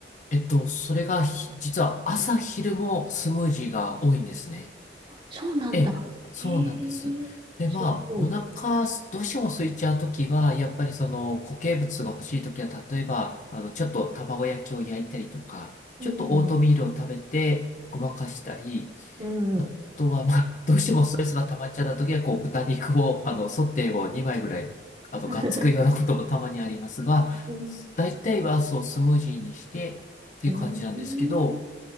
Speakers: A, on the left; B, on the right.
A: えっと、それがひ、実は朝昼もスムージーが多いんですね。
B: そうなんだ。
A: ええ、
B: へえ、
A: そうなんです。で、
B: すごい。
A: まあ、お腹、どうしても空いちゃうときは、やっぱりその固形物が欲しいときは、例えば、あの、ちょっと卵焼きを焼いたりとか、
B: うん、
A: ちょっとオートミールを食べてごまかしたり、
B: うん、
A: あとは、まあ、<laughs> どうしてもストレスが溜まっちゃったときは、こう、豚肉を、あの、ソテーを2枚ぐらい、あの、
B: <laughs> う
A: がっつくようなこともたまにありますが、
B: ん、
A: 大体は、そう、スムージーにしてっていう感じなんですけど、
B: うん、